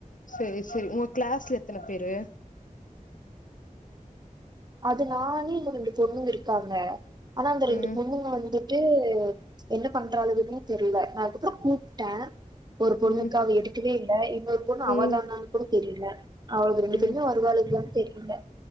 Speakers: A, on the left; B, on the right.
A: செரி செரி உங்க கிளாஸ்ல எத்தன பேரு
B: அது நானு இன்னு ரெண்டு பொண்ணுங்க இருக்காங்க ஆனா அந்த
A: ம்
B: ரெண்டு பொண்ணுங்க வந்துட் டு என்ன பண்றாலுகனே தெரில நா இப்போதா கூப்ட ஒரு பொண்ணுக்கு
A: ம்
B: அவ எடுக்கவே இல்ல இன்னொரு பொண்ணு
A: ம்
B: அவதானான்னு கூட தெரில அவுளுக ரெண்டு பேருமே
A: ம்
B: வருவாளுகலானு தெரில